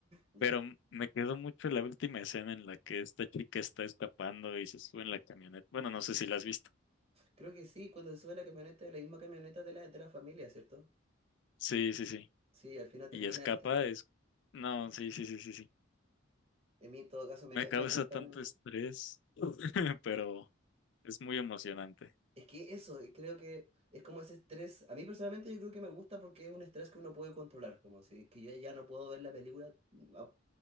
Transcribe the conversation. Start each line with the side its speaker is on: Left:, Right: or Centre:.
Right: ¿Ya?
Left: Pero m- me quedó mucho la última escena en la que esta chica está escapando y se sube en la camioneta. Bueno, no sé si la has visto.
Right: Creo que sí, cuando se sube a la camioneta, es la misma camioneta de la, de la familia, ¿cierto?
Left: Sí, sí, sí.
Right: Sí, al final termina,
Left: Y escapa,
Right: eh,
Left: es... No, sí, sí, sí, sí, sí.
Right: en mí en todo caso me,
Left: Me
Right: me,
Left: causa
Right: me gustan,
Left: tanto estrés, <laughs> pero es muy emocionante.
Right: Es que eso, y creo que es como ese estrés. A mí personalmente yo creo que me gusta porque es un estrés que uno puede controlar, como si que yo ya no puedo ver la película. a-